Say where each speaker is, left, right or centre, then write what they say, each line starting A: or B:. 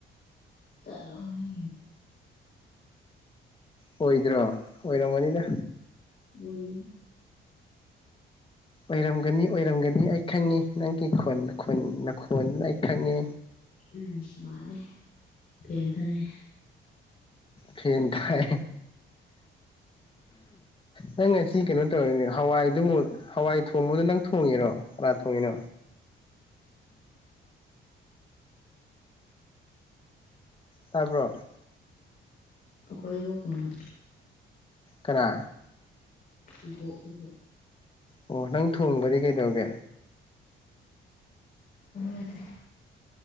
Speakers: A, on the left; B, on the left.
A: ꯆꯠꯂꯣꯍꯦ
B: ꯑꯣꯏꯗ꯭ꯔꯣ ꯑꯣꯏꯔꯝ ꯃꯅꯤꯗ
A: ꯑꯣꯏ
B: ꯑꯣꯏꯔꯝꯒꯅꯤ ꯑꯣꯏꯔꯝꯒꯅꯤ ꯑꯩ ꯈꯪꯉꯦ ꯅꯪꯒꯤꯣꯟ ꯅꯈꯣꯟꯗꯨꯅ ꯑꯩ ꯈꯪꯉꯦ
A: ꯎꯝ ꯃꯥꯂꯦ ꯌꯦꯟ ꯇꯔꯦ
B: ꯐꯦꯟ ꯊꯥꯏ ꯅꯪ ꯉꯁꯤ ꯀꯩꯅꯣ ꯇꯧꯔ ꯍꯋꯥꯏꯗꯨꯕꯨ ꯍꯋꯥꯏ ꯊꯣꯡꯕꯗ ꯅꯪ ꯊꯣꯡꯉꯦꯔꯣ ꯈ ꯊꯣꯡꯉꯤꯅꯣ ꯇꯥꯔꯕ꯭ꯔ
A: ꯀ ꯊꯣꯡ
B: ꯀꯅꯥ
A: ꯏꯕꯣ ꯏꯕꯣ
B: ꯑꯣ ꯅꯪ ꯊꯣꯡꯕꯗꯤ ꯀꯩꯗꯧꯒꯦ
A: ꯌꯥꯗꯔꯦ